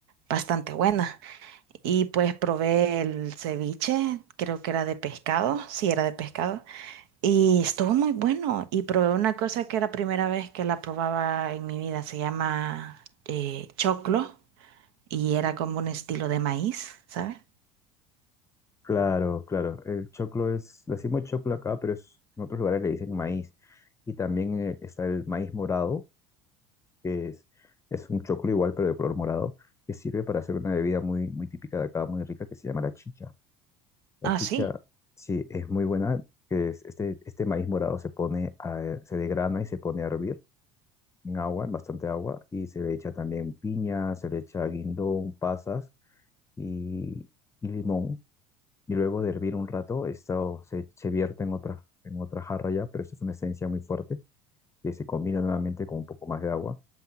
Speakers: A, on the right; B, on the left.
A: bastante buena. Y pues probé el ceviche, creo que era de pescado, sí era de pescado, y estuvo muy bueno. Y probé una cosa que era primera vez que la probaba en mi vida, se llama eh, choclo, y era como un estilo de maíz, ¿sabes?
B: Claro, claro. El choclo es, le decimos choclo acá, pero es- en otros lugares le dicen maíz. Y también eh, está el maíz morado, que es, es un choclo igual, pero de color morado, que sirve para hacer una bebida muy, muy típica de acá, muy rica, que se llama la chicha. La
A: Ah,
B: chicha,
A: sí.
B: sí, es muy buena, que es este, este maíz morado se pone a- eh, se degrana y se pone a hervir en agua, en bastante agua, y se le echa también piña, se le echa guindón, pasas y, y limón y luego de hervir un rato, esto se, se vierte en otra, en otra jarra ya, pero esto es una esencia muy fuerte que se combina nuevamente con un poco más de agua